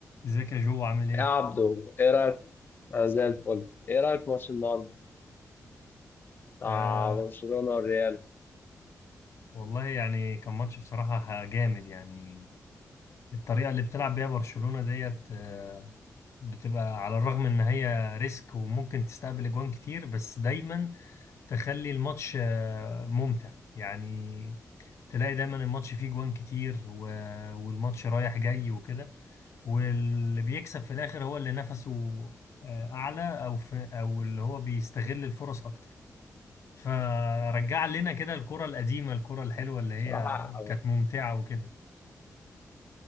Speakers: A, on the left (about 55°); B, on the left (about 35°).
A: ازيك يا جو عامل ايه؟
B: يا عبدو ايه رايك انا زي الفل ايه رايك في ماتش النهارده بتاع
A: آه
B: برشلونه والريال
A: والله يعني كان ماتش بصراحة جامد يعني الطريقة اللي بتلعب بيها برشلونة ديت آه بتبقى على الرغم ان هي ريسك وممكن تستقبل اجوان كتير بس دايما تخلي الماتش آه ممتع يعني تلاقي دايما الماتش فيه جوان كتير و... والماتش رايح جاي وكده واللي بيكسب في الاخر هو اللي نفسه آه اعلى او في او اللي هو بيستغل الفرص اكتر فرجع لنا كده الكرة القديمة الكرة الحلوة اللي هي
B: بصراحه
A: كانت ممتعة وكده